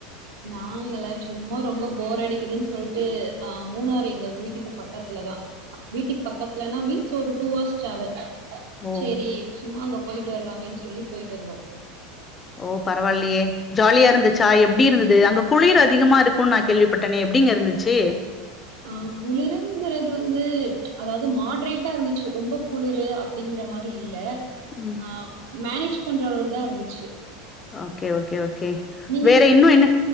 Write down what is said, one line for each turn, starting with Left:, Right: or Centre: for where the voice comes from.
Right: நாங்கல சும்மா ரொம்ப போரடிக்குதுன் சொல்ட்டு ஆ மூணார் எங்க வீட்டுக்கு பக்கத்துலதா அப் வீட்டுக் பக்கத்துலனா மீன் ஸ் ஒரு டூ ஹார்ஸ் டிராவல்
Left: ஓ
Right: சேரி சும்மா அங்கப் போயிட்டு வரலாமேன் சொல்லி போயிட்டு வந்தோ
Left: ஓ பரவால்லியே ஜாலியா இருந்துச்சா எப்டி இருந்தது அங்க குளிர் அதிகமா இருக்குன் நா கேள்விப்பட்டனே எப்டிங்க இருந்துச்சு
Right: ஆ குளிருங்குறது வந்து அதாவது மாட்ரேட்டா இருந்துச்சு ரொம்ப குளுரு அப்டிங்கிற மாரி இல்ல
Left: ம்
Right: ஆ மேனேஜ் பண்ற அளவுலதா இருந்துச்சு
Left: ஓகே ஓகே ஓக் கே
Right: நீங்க
Left: வேற
Right: இதுக்கு
Left: இன்னு
Right: முன்னாடி
Left: என்ன